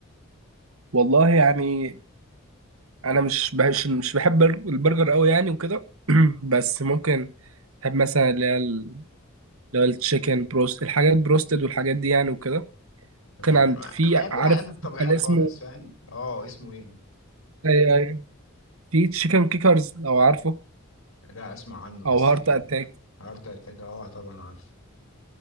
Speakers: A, on the right; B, on the left.
A: والله يعني انا مش بهش مش بحب البرج- البرجر قوي يعني وكده <clears throat> بس ممكن بحب مثلا اللي هي ال- اللي هو التشيكن بروست الحاجات بروستد والحاجات دي يعني وكده
B: تمام
A: كان عند
B: انا
A: في
B: انا بحب
A: عارف
B: الحاجات الطبيعية
A: محل
B: خالص
A: اسمه
B: فاهم اه اسمه ايه
A: أيوه، أيوه. في تشيكن كيكرز لو عارفه
B: لا اسمع عنه بس
A: او هارت
B: ايه
A: اتاك
B: هارت اتاك اه طبعا عارف